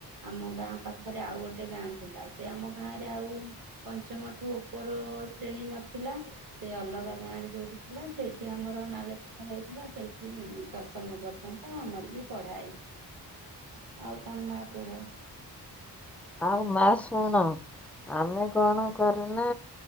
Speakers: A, on the right (about 55°); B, in the centre.
A: ଆମ ଗାଁ ପାଖରେ ଆଉ ଗୋଟେ ଗାଁ ଥିଲା। ସେ ଆମ ଗାଁ ରେ ଆଉ ପଞ୍ଚମଠୁ ଉପର ଶ୍ରେଣୀ ନଥିଲା। ସେ ଅଲଗା ଗାଁ ରେ ଯୋଉଠି ଥିଲା ସେଇଠି ଆମର ନାଲେଖା ଯାଇଥିଲା। ସେଇଠି ଦଶମ ପର୍ଯ୍ୟନ୍ତ ତ ଆମର ବି ପଢା ହେଇଚି। ଆଉ କଣ ମା କୁହ?
B: ଆଉ ମା ଶୁଣ ଆମେ କଣ କରୁନା